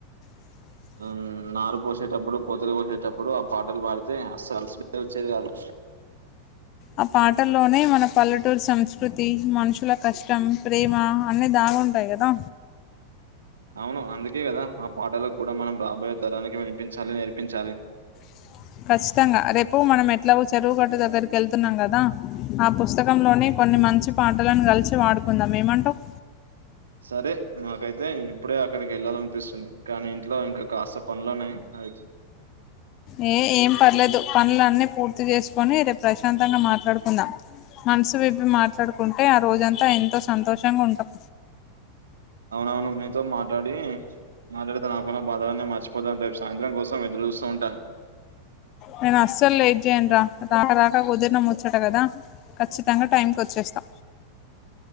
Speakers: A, on the left (about 35°); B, on the right (about 70°).
A: <inaudible>
B: ఉమ్ నారు పోసేటప్పుడు కోతలు కోసేటప్పుడు ఆ పాటలు పాడితే అస్సలు అలసటే వచ్చేది కాదు.
A: ఆ పాటల్లోనే మన పల్లెటూరు సంస్కృతి మనుషుల కష్ ఇష్టం ప్రేమ అన్నీ దాగుంటాయి కదా
B: అవును అందుకే కదా ఆ పాటలకు కూడా మనం రాబోయే తరానికి వినిపించాలి నేర్పించాలి.
A: <inaudible> కచ్చితంగా రేపు మనం ఎట్లాగో చెరువుగట్టు దగ్గరికి వెళ్తున్నాం కదా ఆ పుస్తకంలోనే కొన్ని మంచి పాటలను కలిసి వాడుకుందాం ఏమంటావ్.
B: సరే నాకైతే ఇప్పుడే అక్కడికి వెళ్ళాలనిపిస్తుంది కానీ ఇంట్లో ఇంకా కాస్త పనులున్నాయి, అయితే
A: యే ఏం పర్లేదు పనులన్నీ పూర్తి చేసుకొని రేపు ప్రశాంతంగా మాట్ మాట్లాడుకుందాం మనసు విప్పి మాట్లాడుకుంటే ఆ రోజంతా ఎంతో సంతోషంగా ఉంటాం.
B: అవునవును మీతో మాట్లాడి మాట్లాడితే నాకున్న బాధన్నే మర్చిపోతా, రేపు సాయంత్రం కోసం ఎదురు చూస్తూ ఉంటాం
A: నేను అస్సలు లేట్ చేయనురా రాక రాక కుదిరినా ముచ్చాట కదా. ఖచ్చితంగా టైమ్కి వచ్చేస్తా